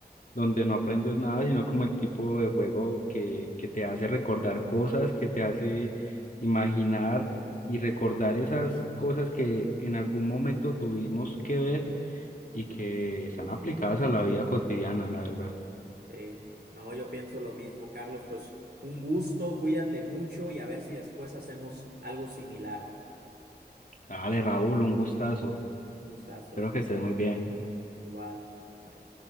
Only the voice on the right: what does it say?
Sí. No, yo pienso lo mismo, Carlos. Pues un gusto, cuídate mucho y a ver si después hacemos algo similar.
Gustazo,
va.
Igual. Bye.